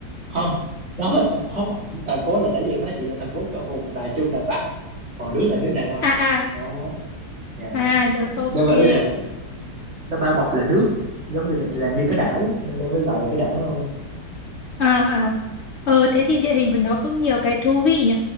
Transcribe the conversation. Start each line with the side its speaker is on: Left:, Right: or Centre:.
Right: không nó không phải thành phố thành phố là tại vì em nói chị là thành phố cho hùng Đài Trung Đài Bắc còn nước là nước Đài Loan
Left: À à
Right: đó dạ
Left: à rồi
Right: nên
Left: ok.
Right: vậy là nó bao bọc là nước giống như là như cái đảo nên em mới gọi là cái đảo thôi
Left: À à. Ờ thế thì địa hình của nó cũng nhiều cái thú vị nhỉ.